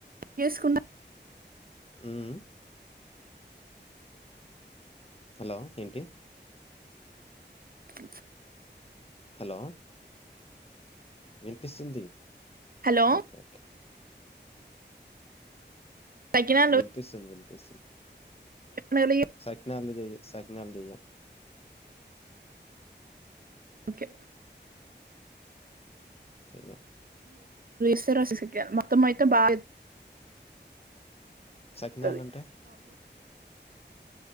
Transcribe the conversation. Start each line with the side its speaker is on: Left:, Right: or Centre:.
Right: చేసుకున్నా.
Left: ఉహ్. హలో ఏంటి.
Right: థ్యాంక్యూ.
Left: హలో. వినిపిస్తుంది.
Right: Hello
Left: okay okay.
Right: సకినాలు
Left: వినిపిస్తుంది. కే స్.
Right: ఏ పండుగలు
Left: సకినాల్ జే సకినాల్. అలు చేయం.
Right: ఓకే.
Left: ఓకే.
Right: స్త రాసిల మొత్తం అయితే బాగా.
Left: సకినాల్
Right: చేత్తది
Left: అంటే.